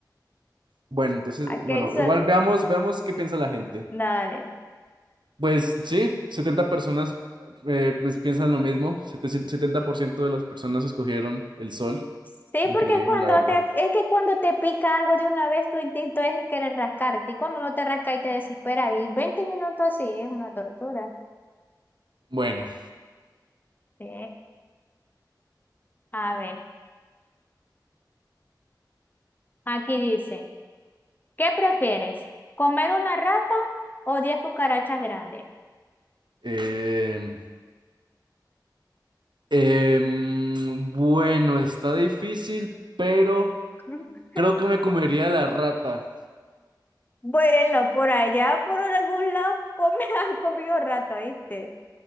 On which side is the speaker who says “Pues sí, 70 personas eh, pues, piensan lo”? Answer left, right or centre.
Right